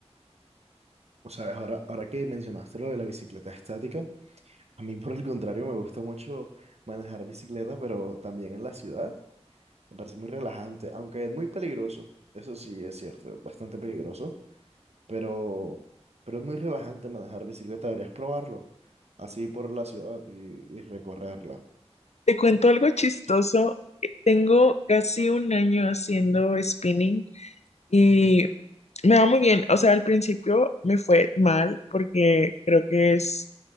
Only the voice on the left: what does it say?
Te cuento algo chistoso. eh, Tengo casi un año haciendo spinning y me va muy bien. O sea, al principio me fue mal porque creo que es